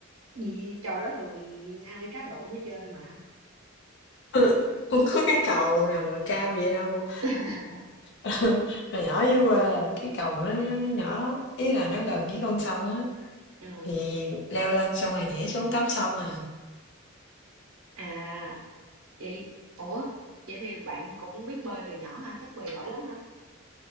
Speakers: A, on the right; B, on the left.
A: gì trò đó thường ai cá độ mới chơi mà
B: <laughs> Không có cái cầu nào mà cao vậy đâu.
A: <laughs>
B: <laughs> Hồi nhỏ dưới quê là cái cầu nó, nó nhỏ, ý là nó gần với con sông á.
A: Ừ.
B: Thì leo lên xong rồi nhảy xuống tắm sông à.
A: À vậy ủa vậy thì bạn cũng biết bơi từ nhỏ hả? Chắc bơi giỏi lắm hả?